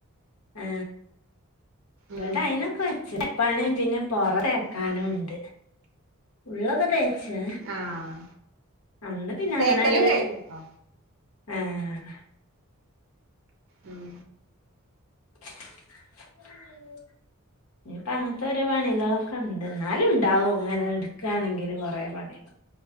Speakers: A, on the left; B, on the right.
A: ആ
B: ഉം
A: ഇപടെ അയിനൊക്കെ വെച്ച് പണിം പിന്നെ പൊറ തേക്കാനുണ്ട്
B: ഉം
A: ഉള്ളൊക്കെ തേച് ശ്ശേ
B: ആഹ്
A: അന്ന് പിന്നെ
B: തേക്കലും
A: അങ്ങനാട്
B: കഴിഞ്ഞുട്ടോ
A: ഏഹ്
B: ഉം
A: <inaudible> ഇനിയിപ്പ അങ്ങനത്തെയൊരോ പണികളൊക്കെ ഉണ്ട് എന്നാലും ഉണ്ടാവുംങ്ങനെ എടുക്കയാണെങ്കിൽ കൊറെ പണികൾ